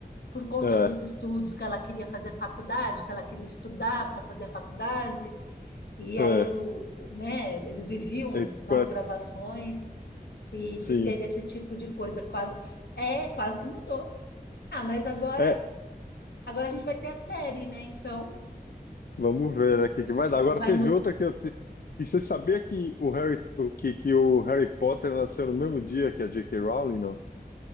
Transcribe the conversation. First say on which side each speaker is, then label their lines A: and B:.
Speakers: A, on the left (about 85°); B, on the left (about 65°).
A: por conta
B: É,
A: dos estudos, que ela queria fazer faculdade, que ela queria estudar para fazer a faculdade. E aí,
B: é,
A: o, o- né, eles viviam
B: é,
A: nas
B: agora,
A: gravações e,
B: sim.
A: e teve esse tipo de coisa. Quase, é, quase que mudou. Ah, mas agora,
B: É,
A: agora a gente vai ter a série, né? Então,
B: vamos ver, né, o que que vai
A: va-
B: dar. Agora
A: vai,
B: teve
A: mu-
B: outra que eu. te- E você sabia que o Harry, o que, que o Harry Potter nasceu no mesmo dia que a J.K. Rowling, não?